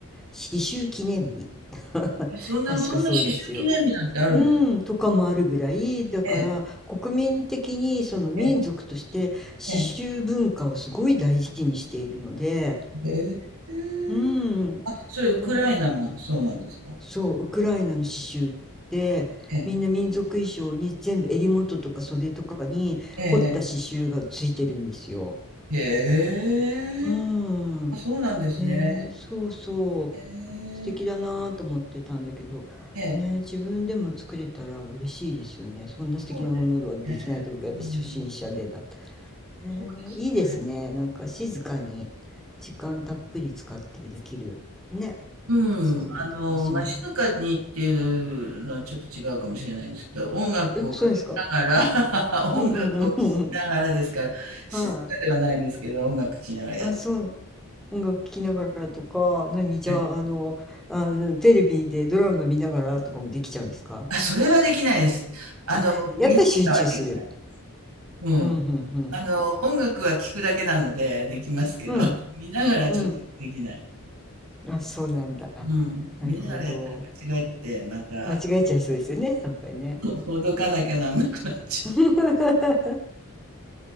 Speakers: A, in the centre; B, on the right.
A: 刺繍記念日 <laughs>
B: えそんな、
A: 確かそうですよ。
B: そんな刺繍記念日なんてあるんです
A: うん、とかもあるぐらいだから国民的にその民族として刺繍文化をすごい大事にしているので、
B: ええ、ええ、ええ。ええ。
A: うん、
B: あ、それウクライナがそうなんですか。
A: なんかそう、ウクライナの刺繍ってみんな民族衣装に全部襟元とか袖とかに凝った刺繍がついてるんですよ。
B: ええ、ええ、ええ。へえ。
A: うん。
B: あ、そうなんですね。
A: ねえ、そうそう。
B: へえ。
A: 素敵だなぁと思ってたんだけど、
B: ええ、
A: ねえ、自分でも作れたら嬉しいですよね。そんな素敵なものはできないと思うけど、
B: そうですね。うん。
A: 私初心者でだった。えーいいですね。
B: そうですね。
A: なんか静かに時間たっぷり使ってできるね。
B: うん。
A: そういう楽しみも。
B: あの、まあ、静かにっていうのはちょっと違うかもしれないんですけど、音楽をかけなが
A: え、そうですか。
B: ら <laughs> 音楽を聴きながらですから、
A: うんうんうんうん
B: 静かではないですけど、
A: はい。
B: 音楽聴きながらやって
A: あ、そう、音楽聴きながらとか、何、じゃあ、
B: るね。
A: あの、あの、テレビでドラマ見ながらとかもできちゃうんですか
B: あ、それはできないです。あの、
A: あ、やっぱり集中する。
B: 見ながらはできない。うん。
A: うん、うん、
B: あの、音楽は聴くだけなのでできますけど、
A: うん。
B: <laughs> 見ながらちょっとできない。
A: うん、うん。あ、そうなんだ。
B: うん。
A: なるほど。
B: 見ながらやったら間違えて、また、
A: 間違えちゃいそうですよね、やっぱりね。
B: <laughs> ほどかなきゃなんなくなっちゃ
A: <laughs>